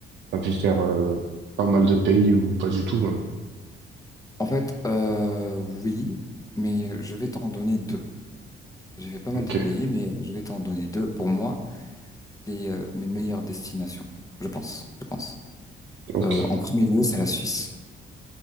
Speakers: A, on the right (about 65°); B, on the left (about 15°).
A: t'as pu faire euh, pas mal de pays ou pas du tout même.
B: En fait, euh, oui, mais je vais t'en donner deux. J'ai fait pas mal
A: Ok,
B: de pays, mais je vais t'en donner deux. Pour moi, c'est euh, mes meilleures destinations, je pense, je pense.
A: ok,
B: Euh, en premier lieu, c'est la Suisse.